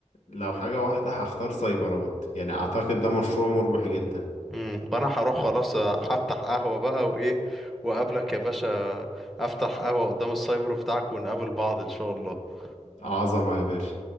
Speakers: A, on the left; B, in the centre.
A: لو حاجة واحدة هختار سايبرات يعني اعتقد ده مشروع مربح جدا
B: امم وأنا هروح خلاص آه، هفتح قهوة بقى وإيه وأقابلك يا باشا أفتح قهوة قدام السايبر بتاعك ونقابل بعض إن شاء الله
A: عظمة يا باشا